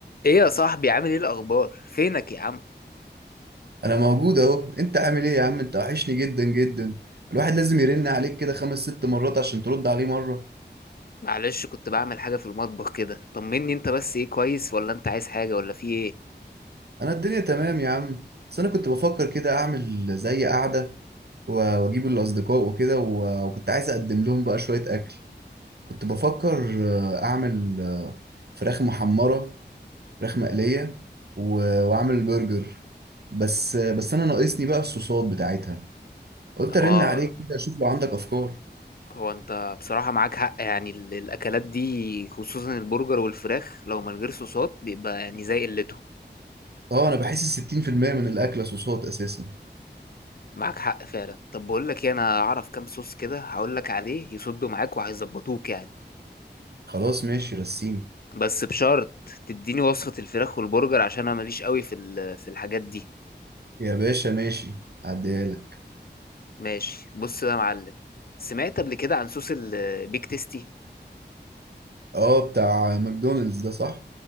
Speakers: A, on the left (about 55°); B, on the right (about 65°).
A: ايه يا صاحبي عامل ايه الاخبار فينك يا عم
B: انا موجود اهو انت عامل ايه يا عم انت وحشني جدا جدا الواحد لازم يرن عليك كده خمس ست مرات عشان ترد عليه مرة
A: معلش كنت بعمل حاجه في المطبخ كده طمني انت بس ايه كويس ولا انت عايز حاجه ولا في ايه
B: انا الدنيا تمام يا عم بس انا كنت بفكر كده اعمل زي قعدة و- واجيب الاصدقاء وكده و- وكنت عايز اقدم لهم بقى شوية اكل كنت بفكر آه، اعمل آه، فراخ محمرة فراخ مقلية و- واعمل برجر بس آه، بس انا ناقصني بقى الصوصات بتاعتها قلت
A: هو
B: ارن عليك كده اشوف لو عندك افكار
A: هو انت بصراحه معاك حق يعني ال- الاكلات دي خصوصا البرجر والفراخ لو من غير صوصات بيبقى يعني زي قلتهم
B: اه انا بحس 60% من الاكلة صوصات اساسا
A: معاك حق فعلا طب بقول لك ايه انا اعرف كام صوص كده هقول لك عليه يصدوا معاك وهيظبطوك يعني
B: خلاص ماشي رسيني
A: بس بشرط تديني وصفه الفراخ والبرجر عشان انا ماليش قوي في ال- في الحاجات دي
B: يا باشا ماشي عديها لك
A: ماشي بص بقى يا معلم سمعت قبل كده عن صوص البيك تيستي
B: اه بتاع ماكدونالدز ده صح